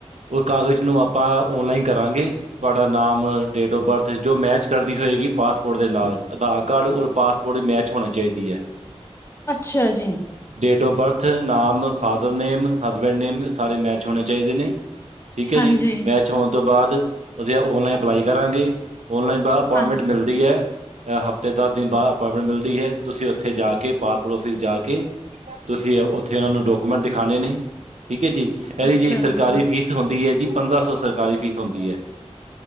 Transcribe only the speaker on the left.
ਅੱਛਾ ਜੀ।
ਹਾਂਜੀ
ਹਾਂ
ਅੱਛਾ
ਜੀ